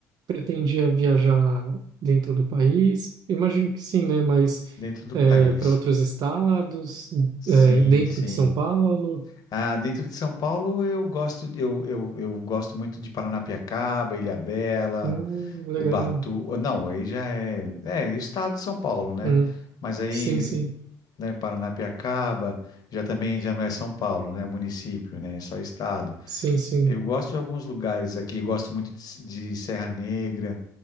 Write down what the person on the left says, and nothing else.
dentro do país.
Sim,
sim.
Ah, dentro de São Paulo eu gosto de- eu, eu, eu gosto muito de Paranapiacaba, Ilhabela,
Ubatu. Não, aí já é, é é o estado de São Paulo, né?
Mas aí,
né, Paranapiacaba já também já não é São Paulo, né? Município, né? É só estado.
Eu gosto de alguns lugares aqui, gosto muito de, de Serra Negra,